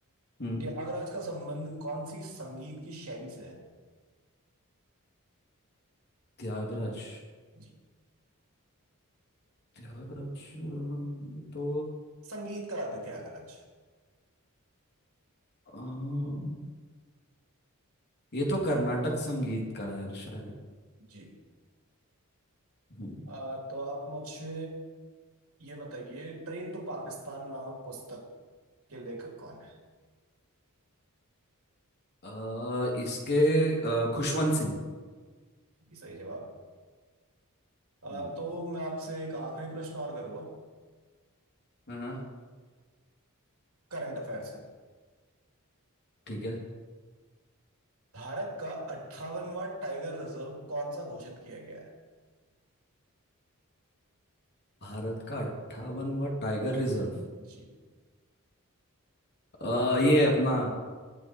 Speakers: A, on the left; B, on the right.
A: हम्म
B: त्यागराज का संबंध कौन सी संगीत की शैली से है
A: त्यागराज
B: जी
A: त्यागराज अ, ये तो
B: संगीत का अर्थ है त्यागराज
A: अ, ये तो कर्नाटक संगीत का है शायद
B: जी
A: हम्म।
B: अ, तो आप मुझे ये बताइए ट्रेन टू पाकिस्तान नामक पुस्तक के लेखक कौन है
A: आ, इसके अ, खुशवंत सिंह
B: जी सही जवाब अ,
A: हम्म
B: तो मैं आपसे एक आखिरी प्रश्न और करूंगा
A: हम्म
B: करंट अफेयर से
A: ठीक है
B: भारत का 58वां टाइगर रिजर्व कौन सा घोषित किया गया है
A: भारत का अट्ठावनवा टाइगर रिजर्व
B: जी
A: अ, ये है अपना